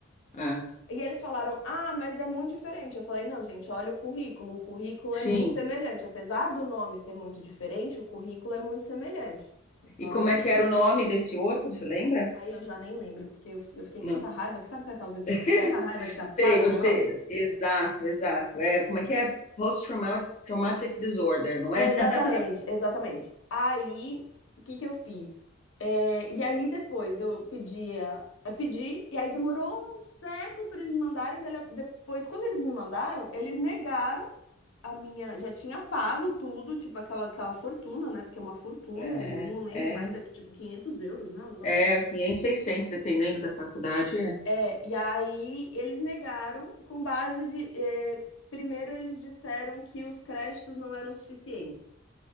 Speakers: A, on the left; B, on the left.
A: É.
B: E eles falaram: Ah, mas é muito diferente. Eu falei: Não, gente, olha o currículo. O currículo
A: Sim.
B: é muito semelhante. Apesar do nome ser muito diferente, o currículo é muito semelhante. Eles falaram:
A: E como é que era o nome desse outro? Você lembra?
B: Ai, eu já nem lembro, porque eu, eu fiquei
A: Não.
B: com tanta raiva que sabe aquela coisa
A: <laughs>
B: que você fica com tanta raiva que você apaga
A: Sei, você.
B: o negócio?
A: Exato, exato. É, como é que é? Post-traumatic disorder, não
B: Exatamente,
A: é? <laughs>
B: exatamente. Aí, o que que eu fiz? É, e aí depois eu pedia, eu pedi, e aí demorou um século para eles me mandarem. dele- Depois, quando eles me mandaram, eles negaram a minha, já tinha pago tudo, tipo aquela, aquela fortuna, né? Porque é uma fortuna,
A: É,
B: eu não lembro
A: é.
B: mais, é que tipo 500 euros, né? Um negócio
A: É,
B: assim.
A: 500, 600, dependendo da faculdade, é.
B: É, e aí eles negaram com base de, é, primeiro eles disseram que os créditos não eram suficientes.